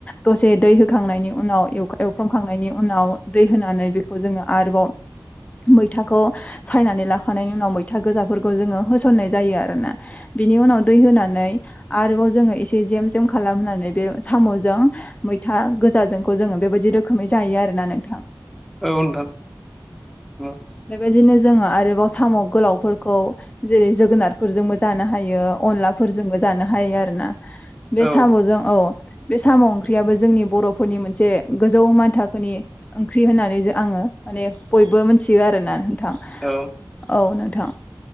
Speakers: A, on the left (about 20°); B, in the centre.
A: दसे दै होखांनायनि उनाव एव-एवफ्रामखांनायनि उनाव दै होनानै बेखौ जोङो आरोबाव मैथाखौ सायनानै लाखांनियनायनि उनाव मैथा गोजाफोरखौ जोङो होसननाय जायो आरोना बिनि उनाव दै होनानै आरोबाव जोङो एसे जेम जेम खालामानै बे साम'जों मैथा गोजाजोंखौ जोङो बेबायदि रोखोमै जायो आरो ना नोंथां
B: औ नोंथां औ
A: बेबायदिनो जोङो आरोबाव साम' गोलावफोरखौ जेरै जोगोनारफोरजोंबो जानो हायो अनला फोरजोंबो जानो हायो आरो ना बे
B: औ
A: साम'जों औ बे साम' ओंख्रियाबो जोंनि बर'फोरनि मोनसे गोजौ मानथोनि ओंख्रि होननानै जो आङो माने बयबो मिथियो आरोना नोंथां
B: औ
A: औ नों थां